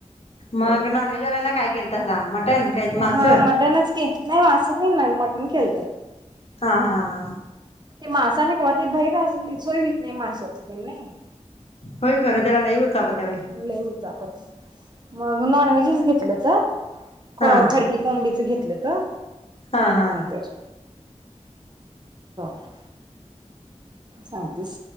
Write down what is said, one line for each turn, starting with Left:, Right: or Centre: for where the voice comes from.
Left: मग
Right: ते
Left: नॉनव्हेजवाल्यांना काय केलं तासा मटन काय मास
Right: हा मटनच की नाही, मास नाही मटण हालत.
Left: हा हा हा
Right: ते मासानि कवा ते बैर सोयत नाही माशाची ते नाही
Left: होय खरं त्याला लई उचापत्या बाई
Right: <unintelligible> पत मग नॉन व्हेजच घेतलं. तर
Left: हा
Right: खडकी कोबडीचं घातले. का?
Left: हा हा
Right: नाही तर <unintelligible> सांगतेस,